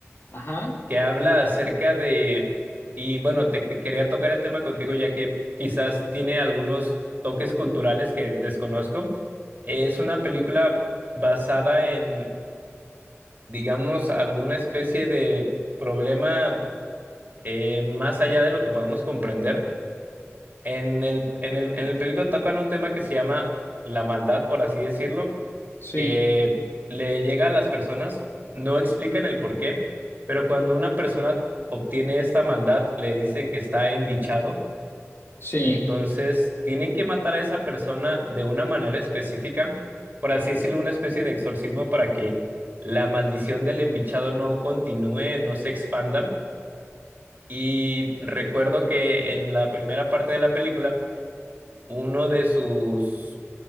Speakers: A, on the left (about 50°); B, on the right (about 35°).
A: Ajá,
B: que habla acerca de, y bueno, te que- quería tocar el tema contigo ya que quizás tiene algunos toques culturales que desconozco. Es una película basada en, digamos, alguna especie de problema eh, más allá de lo que podemos comprender. En el, en el, en el película tocan un tema que se llama la maldad, por así decirlo,
A: sí,
B: que le llega a las personas, no explican el por qué, pero cuando una persona obtiene esta maldad, le dicen que está embichado,
A: sí.
B: entonces tienen que matar a esa persona de una manera específica, por así decirlo, una especie de exorcismo para que la maldición del embichado no continúe, no se expanda. Y recuerdo que en la primera parte de la película, uno de sus,